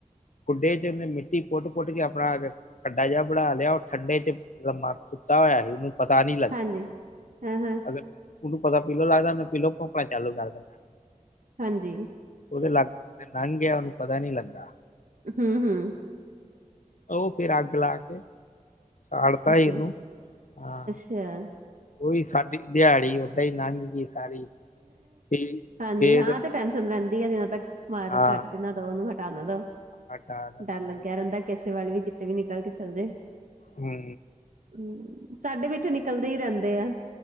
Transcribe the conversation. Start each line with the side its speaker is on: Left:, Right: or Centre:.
Left: ਖੁੱਡੇ ਚ ਉਹਨੇ ਮਿੱਟੀ ਪੁੱਟ-ਪੁੱਟ ਕੇ ਆਪਣਾ ਅੱਡਾ ਜਿਹਾ ਬਣਾ ਲਿਆ ਉਹ ਠੰਡੇ ਚ ਲੰਮਾ ਸੁੱਤਾ ਹੋਇਆ ਸੀ ਉਹਨੂੰ ਪਤਾ ਨੀ ਲੱਗ
Right: ਹਾਂਜੀ ਹਾਂ-ਹਾਂ
Left: ਅਗਰ ਉਨੂੰ ਪਤਾ ਪੀਲੋ ਲੱਗਦਾ ਉਹਨੂੰ ਪੀਲੋ ਭੋਂਕਨਾ ਚਾਲੂ ਕਰ ਦੇਣਾ
Right: ਹਾਂਜੀ
Left: ਉਦੇ ਲਾਗੋ ਤੇ ਲੰਘ ਗਿਆ ਉਹਨੂੰ ਪਤਾ ਨੀ ਲੱਗਾ।
Right: ਹੂੰ-ਹੂੰ।
Left: ਉਹ ਫਿਰ ਅੱਗ ਲਾ ਕੇ ਸਾੜਤਾ
Right: ਅੱਛਾ।
Left: ਹੀ ਇਹਨੂੰ ਹਾਂ।
Right: <unintelligible>
Left: ਉਹੀ ਸਾਡੀ ਦਿਹਾੜੀ ਓਦਾਂ ਹੀ ਲੰਘ ਗਈ ਸਾਰੀ। ਤੇ
Right: ਹਾਂਜੀ
Left: ਫੇਰ
Right: ਹਾਂ ਤੇ ਟੈਨਸ਼ਨ ਰਹਿੰਦੀ ਆ ਜਨਾਂ ਤੱਕ ਮਾਰ
Left: ਹਾਂ
Right: ਘੱਟ ਨਾ ਦਓ ਉਹਨੂੰ ਹਟਾਉਣਾ ਦਓ
Left: ਹਟਾ ਨਾ ਦਈਏ
Right: ਡਰ ਲੱਗਿਆ ਰਹਿੰਦਾ ਕਿਸੇ ਵਾਲੇ ਵੀ ਕਿਤੇ ਵੀ ਨਿਕਲ ਕੇ ਚੱਲ ਜੇ।
Left: ਹੂੰ
Right: ਹਮ ਸਾਡੇ ਵੀ ਇੱਥੇ ਨਿਕਲਦੇ ਹੀ ਰਹਿੰਦੇ ਆ